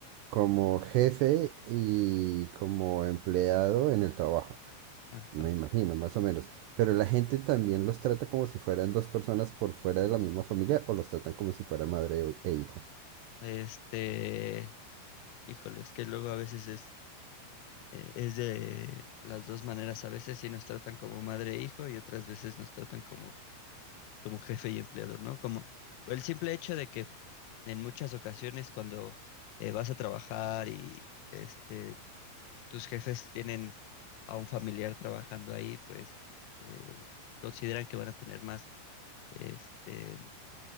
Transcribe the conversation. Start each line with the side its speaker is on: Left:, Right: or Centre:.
Right: como jefe y como empleado en el trabajo.
Left: Ajá.
Right: Me imagino, más o menos. Pero la gente también los trata como si fueran dos personas por fuera de la misma familia o los tratan como si fuera madre o- e hijo.
Left: Este, híjole, es que luego a veces es eh, es de las dos maneras. A veces sí nos tratan como madre e hijo y otras veces nos tratan como, como jefe y empleador, ¿no? Como el simple hecho de que en muchas ocasiones cuando eh, vas a trabajar y este, tus jefes tienen a un familiar trabajando ahí, pues eh, consideran que van a tener más este,